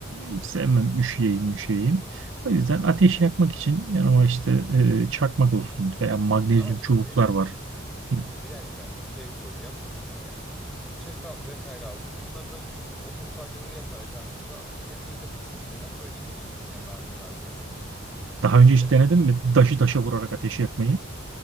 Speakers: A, on the right (about 70°); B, in the centre.
A: hiç sevmem üşüyeyim müşeyim. O yüzden ateş yakmak için yanıma işte e, çakmak olsun veya magnezyum
B: ama şimdi
A: çubuklar var. Hı.
B: bir dakika bir şey soracağım. Ee, çakal vesaire aldın. Bunlardan küçük odun parçaları yaparak aslında ateşi kendin yakabilirsin ki neden böyle bir şey için kendi hakkını harcıyorsun?
A: Daha önce hiç
B: Ben öyle
A: denedin mi? Daşı taşa vurarak ateş yakmayı.